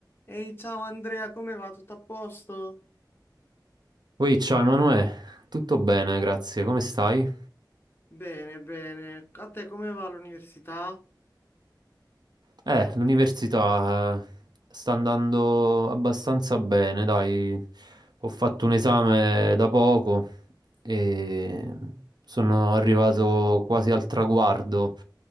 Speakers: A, on the left (about 30°); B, on the right (about 65°).
A: Ehi, ciao Andrea, come va? Tutto a posto?
B: Ui, ciao Emanuele, tutto bene, grazie, come stai?
A: Bene, bene. A te come va l'università?
B: Eh, l'università eh, sta andando abbastanza bene, dai, ho fatto un esame da poco e sono arrivato quasi al traguardo,